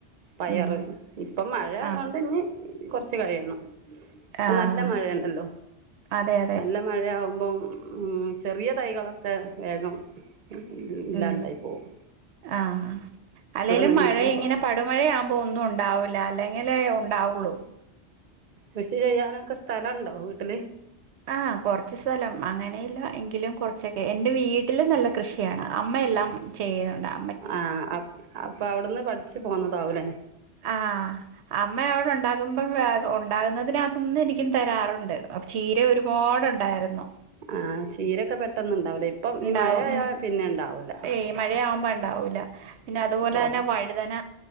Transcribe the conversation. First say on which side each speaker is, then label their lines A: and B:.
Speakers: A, on the right; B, on the right.
A: പയറ്
B: ഉം
A: ഇപ്പം മഴ
B: ആഹ്
A: യോണ്ട് ഞ് കൊറ്ച്ച് കഴിയണം പ്പം
B: ആഹ്
A: നല്ല മഴ ണ്ടല്ലോ
B: അതെ അതെ
A: നല്ല മഴ്യവുമ്പം ഉമ് ചെറിയ തൈകളൊക്കെ വേഗം <inaudible> ഇല്ലാണ്ടായിപ്പോവും
B: ഉം ആഹ് അല്ലേലും
A: നിന്നിട്ട്
B: മഴ ഇങ്ങ്യനെ പടുമഴയാവ്മ്പോ ഒന്നും ഉണ്ടാവില്ല അല്ലെങ്കിലേ ഉണ്ടാവൊള്ളു
A: കൃഷിചെയ്യാനൊക്കെ സ്ഥലണ്ടോ വീട്ടില്
B: ആഹ് കൊറ്ച്ച്സ്ഥലം അങ്ങനെയില്ല എങ്കിലും കൊർചെക്കെ എന്റെ വീട്ടില് നല്ലകൃഷിയാണ് അമ്മയെല്ലാം ചെയ്യേണ്ടാ
A: ആഹ് അപ്അപ്പാവ്ട്ന്ന് പഠിച്ച് പോന്നതാവുലേ
B: ആഹ് അമ്മ വിടെണ്ടാകുമ്പം വേഗംഉണ്ടാകുന്നതിനകത്ത്ന്ന് എനിക്കും തരാറുണ്ട് ചീര ഒരുപാടുണ്ടായിരുന്നു
A: ആഹ് ചീരക്കെ പെട്ടന്ന്ണ്ടാവുലേ ഇപ്പം
B: ഉണ്ടാവും
A: ഈ മഴയാപിന്നെണ്ടാവൂല
B: ഉം ഏയ് മഴയാവുമ്പോ ണ്ടാവൂല പിന്നെ അതുപോലെതന്നെ വഴുതന